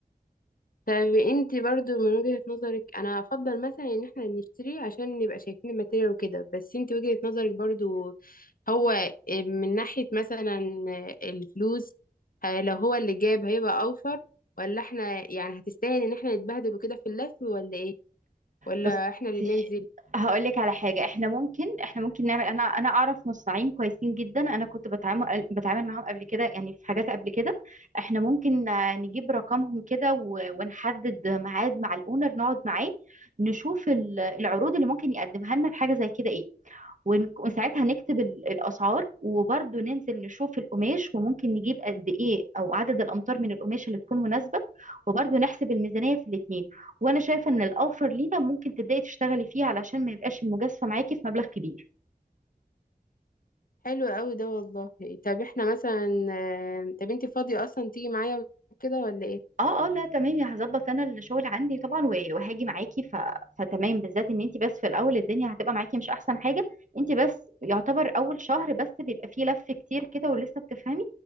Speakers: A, on the left; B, on the right.
A: طب انت برضو من وجهه نظرك انا افضل مثلا ان احنا نشتري عشان نبقى شايفين الماتيريال وكده بس انت وجهه نظرك برضو هو من ناحيه مثلا الفلوس ه- لو هو اللي جاب هيبقى اوفر ولا احنا يعني هتستاهل ان احنا نتبهدل وكده في اللف ولا ايه ولا
B: بصي
A: احنا اللي ننزل
B: هقول لك على حاجة احنا ممكن احنا ممكن نعمل انا انا اعرف مصنعين كويسين جدا انا كنت بتعامل بتعامل معاهم قبل كده يعني في حاجات قبل كده احنا ممكن آه، نجيب رقمهم كده و- ونحدد ميعاد مع الاونر نقعد معاه نشوف ال- العروض اللي ممكن يقدمها لنا في حاجة زي كده ايه ون- وساعتها نكتب ال- الأسعار وبرضه ننزل نشوف القماش وممكن نجيب قد إيه أو عدد الأمتار من القماش اللي تكون مناسبة وبرضه نحسب الميزانية في الاتنين وأنا شايفة إن الأوفر لينا ممكن تبدأي تشتغلي فيه علشان ما يبقاش المجازفة معاكي في مبلغ كبير
A: حلو قوي ده والله طب احنا مثلا آه، طب انت فاضية اصلا تيجي معايا كده ولا ايه
B: اه اه لا تمام يا هظبط انا الشغل عندي طبعا و- وهاجي معاكي ف... فتمام بالذات ان انت بس في الاول الدنيا هتبقى معاكي مش احسن حاجه انت بس يعتبر اول شهر بس بيبقى فيه لف كتير كده ولسه بتفهمي